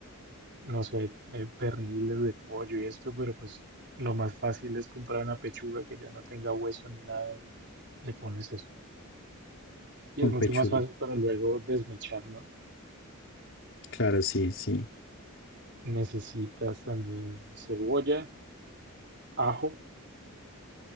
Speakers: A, on the right (about 50°); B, on the left (about 60°).
A: no sé, eh, perniles de pollo y esto, pero pues lo más fácil es comprar una pechuga que ya no tenga hueso ni nada y le pones eso. Y
B: con
A: es mucho
B: pechuga.
A: más fácil para luego desmechar, ¿no?
B: Claro, sí, sí.
A: Necesitas también cebolla, ajo,